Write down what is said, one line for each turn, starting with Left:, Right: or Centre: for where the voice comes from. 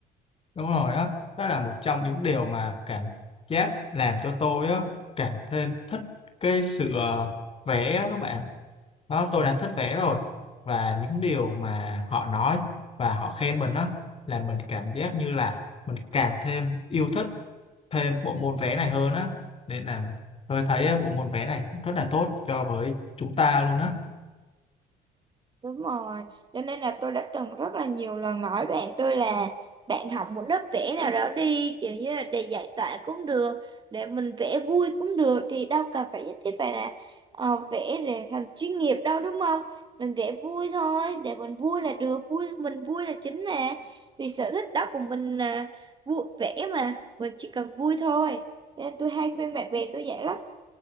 Left: đúng rồi á đó là một trong những điều mà cảm giác làm cho tôi á cảm thêm thích cái sự ờ, vẽ á các bạn đó tôi đã thích vẽ rồi và những điều mà họ nói và họ khen mình đó là mình cảm giác như là mình càng thêm yêu thích thêm bộ môn vẽ này hơn á nên là tôi thấy á, bộ môn vẽ này rất là tốt cho với chúng ta luôn á
Right: Đúng rồi, cho nên là tôi đã từng rất là nhiều lần nói bạn tôi là bạn học một lớp vẽ nào đó đi, kiểu như là để giải tỏa cũng được, để mình vẽ vui cũng được thì đâu cần phải nhất thiết phải là ờ, vẽ để thành chuyên nghiệp đâu đúng không? Mình vẽ vui thôi, để mình vui là được, vui mình vui là chính mà. Vì sở thích đó của mình là vui vẽ mà, mình chỉ cần vui thôi. Cho Nên tôi hay khuyên bạn bè tôi vậy lắm.